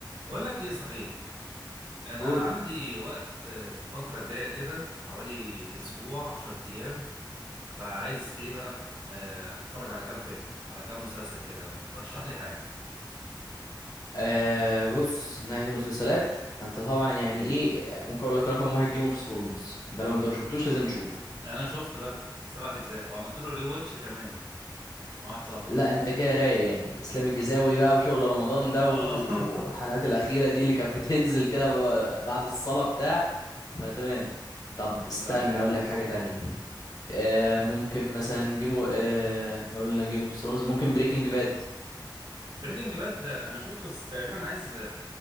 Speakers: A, on the right; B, on the left.
A: بقول لك ايه صحيح انا
B: قول
A: عندي وقت آه، الفتره الجايه كده حوالي اسبوع عشر ايام فعايز ايه بقى آه، اتفرج على كام فيلم على كام مسلسل كده رشح لي حاجه
B: آه بص من ناحية المسلسلات فانت طبعا يعني ايه ممكن اقول لك رقم واحد جيم اوف ثرونز ده لو انت ما شفتوش لازم تشوفه
A: انا شفته ده سبعة اجزاء وعملت له ري واتش كمان مع واحد صاحبي
B: لا انت كده رايق يعني اسلام الجزاوي بقى وشغل رمضان ده
A: اه
B: والحلقات
A: <laughs>
B: الاخيرة دي اللي كانت بتنزل كده ب- بعد الصلاة بتاع فتمام طب استنى
A: ده على الرايق
B: اقول لك حاجة تانية آه ممكن مثلا جيم آه احنا قلنا جيم اوف ثرونز ممكن بريكنج باد
A: بريكنج باد انا شفته بس تقريبا عايز